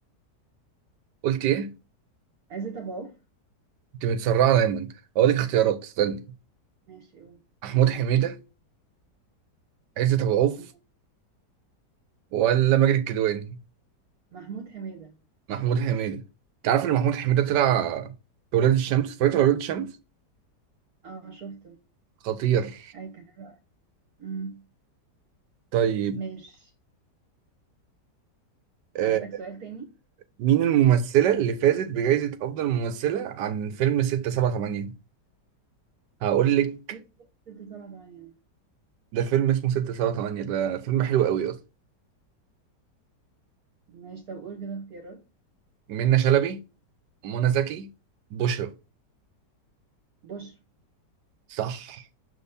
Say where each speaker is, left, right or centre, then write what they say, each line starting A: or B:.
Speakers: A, on the right (about 80°); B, on the right (about 60°).
A: قلت ايه
B: عزت أبو عوف
A: انت متسرعه دايما هقول لك اختيارات استني
B: ماشي قول
A: محمود حميده عزت ابو عوف
B: م-
A: ولا ماجد الكدواني
B: محمود حميدة
A: محمود حميده انت عارف ان محمود حميده طلع في ولاد الشمس اتفرجت على ولاد الشمس
B: اه شفته
A: خطير
B: اي كان حلو أمم،
A: طيب
B: ماشي
A: آه،
B: عندك سؤال تاني
A: مين الممثلة اللي فازت بجائزة أفضل ممثلة عن فيلم ستة سبعة تمانية؟ هقول لك
B: ايه في ستة سبعة تمانية ده
A: ده فيلم اسمه ستة سبعة تمانية ده فيلم حلو قوي أصلا
B: ماشي طب قول كده اختيارات
A: منة شلبي منى زكي بشرى
B: بشر
A: صح